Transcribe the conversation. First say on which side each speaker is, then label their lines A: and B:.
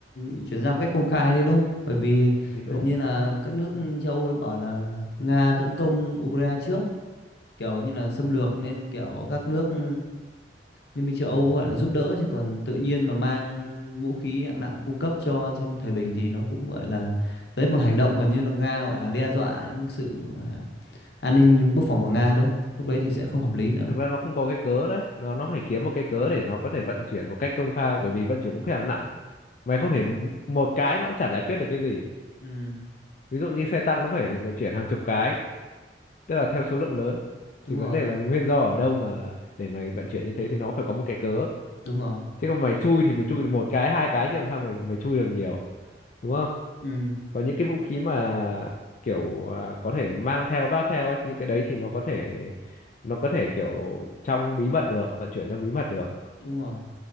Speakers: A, on the left; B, on the left.
A: ừ, chuyển ra một cách công khai đấy đúng không bởi vì
B: thì đúng
A: gần như là các nước châu Âu bảo là Nga tấn công Ukraine trước kiểu như là xâm lược nên kiểu các nước ừ, Liên minh châu Âu gọi là giúp đỡ chứ còn tự nhiên mà mang vũ khí hạng nặng cung cấp cho trong thời bình thì nó cũng gọi là đấy một hành động gần như là Nga gọi là đe dọa những sự à, an ninh quốc phòng của Nga đúng không? Lúc đấy thì sẽ không hợp lý nữa.
B: thực ra nó không có cái cớ đấy nó nó phải kiếm một cái cớ để nó có thể vận chuyển một cách công khai bởi vì vận chuyển vũ khí hạng nặng mày không thể m- một cái nó cũng chả giải quyết được cái gì
A: Ừ,
B: ví dụ như xe tăng nó phải vận chuyển hàng chục cái tức là theo số lượng lớn
A: đúng
B: thì vấn
A: rồi,
B: đề là nguyên do ở đâu mà để mày vận chuyển như thế thì nó phải có một cái cớ
A: đúng rồi.
B: chứ còn mày chui thì mày chui được một cái hai cái chứ làm sao mày mày chui được nhiều đúng không
A: Ừ,
B: có những cái vũ khí mà kiểu à, có thể mang theo vác theo ấy, những cái đấy thì nó có thể nó có thể kiểu trong bí mật được vận chuyển trong bí mật được
A: đúng rồi.